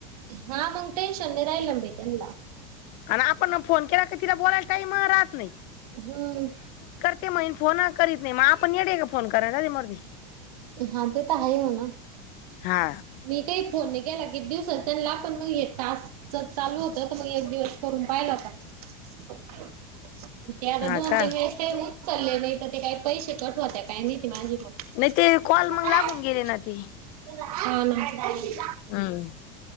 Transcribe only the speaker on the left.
आणि आपण ना फोन केला क तिला बोलायला टाइम राहत नाही.
ते महीन फोन करीत नाही म आपण येडे आहे का फोन करायला? जाऊ दे मरू दे.
हा
हा
का
नाही ते कॉल मग लागून गेले ना ते.
हम्म